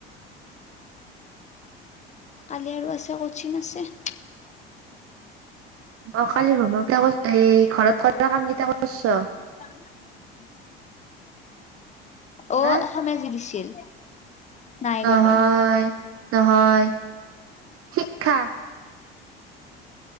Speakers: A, on the left; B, on the right.
A: কালি আৰু আছে, কচিং আছে।
B: অ', কালি হোমৱৰ্ক কেইটা <unintelligible> এই ঘৰত কৰা কাম কেইটা কৰছ।
A: <inaudible> অ',
B: হা
A: অসমীয়া যে দিছিল। নাই
B: নহয়-
A: কৰা
B: নহয়, শিক্ষা।